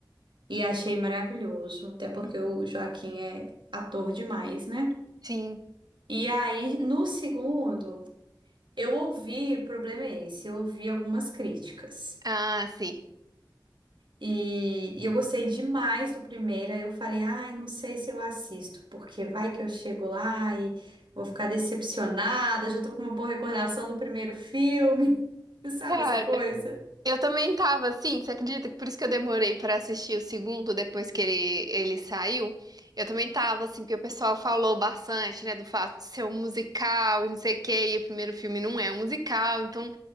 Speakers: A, on the right (about 80°); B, on the right (about 55°).
A: e achei maravilhoso, até porque
B: Uhum.
A: o Joaquim é ator demais, né?
B: Sim.
A: E aí, no segundo, eu ouvi, o problema é esse, eu ouvi algumas críticas.
B: Ah, sim.
A: E, e eu gostei demais do primeiro, aí eu falei, ai, não sei se eu assisto, porque vai que eu chego lá e vou ficar decepcionada, já tô com uma boa recordação do primeiro filme, <laughs> sabe
B: Cara.
A: essa coisa?
B: Eu também tava assim, você acredita que por isso que eu demorei pra assistir o segundo, depois que ele, ele saiu? Eu também tava assim, porque o pessoal falou bastante, né, do fato de ser um musical e não sei o quê, e o primeiro filme não é um musical, então,